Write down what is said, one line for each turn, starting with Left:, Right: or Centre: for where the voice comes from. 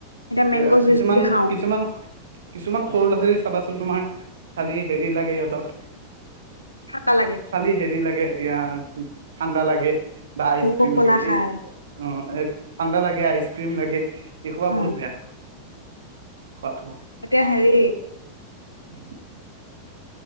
Left: এতিয়া মেংগ'
Right: এ
Left: জুচ
Right: কিছুমান
Left: বুলি খাওঁ
Right: কিছুমান কিছুমান সৰু ল'ৰা ছোৱালী চাবাচোন তোমাৰ খালি হেৰি লাগে ইহঁতক
Left: ঠাণ্ডা লাগে
Right: খালি হেৰি লাগে। ইয়াৰ ঠাণ্ডা লাগে বা আইচ
Left: কক
Right: ক্ৰীম
Left: কলা
Right: লাগে
Left: খাই
Right: এই অ ঠাণ্ডা লাগে আইচ। ক্ৰীম লাগে দেখোবা
Left: অ
Right: বহুত বেয়া। খোৱাটো
Left: এতিয়া হেৰি
Right: <unintelligible>